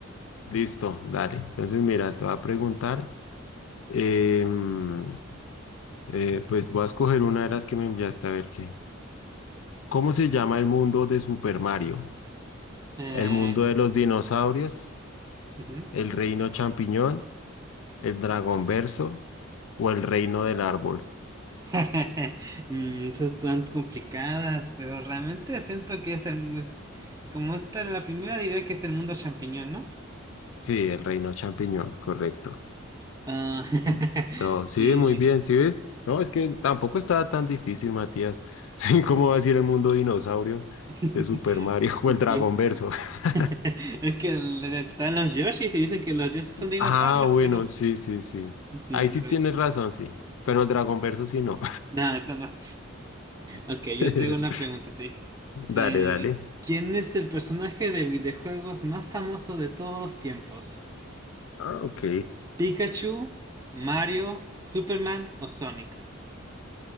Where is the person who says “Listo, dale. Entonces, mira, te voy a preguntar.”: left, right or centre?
Left